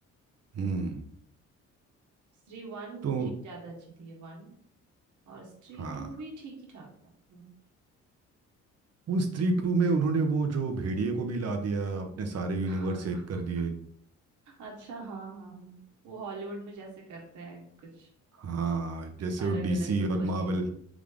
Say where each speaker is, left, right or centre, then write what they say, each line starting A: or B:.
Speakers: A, on the right; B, on the right.
A: हम्म
B: स्त्री वन
A: तो
B: लेकिन ज्यादा अच्छी थी ये वन और स्त्री
A: हाँ
B: टू भी ठीक ही ठाक था हम्म।
A: वो स्त्री टू में उन्होंने वो जो भेड़िए को भी ला दिया अपने सारे यूनिवर्स
B: <laughs>
A: एक कर दिए
B: अच्छा हाँ हाँ हाँ। वो हॉलीवुड में जैसे करते हैं कुछ
A: हाँ जैसे
B: अलग
A: वो डीसी
B: अलग सुपर
A: और मार्वल
B: हीरो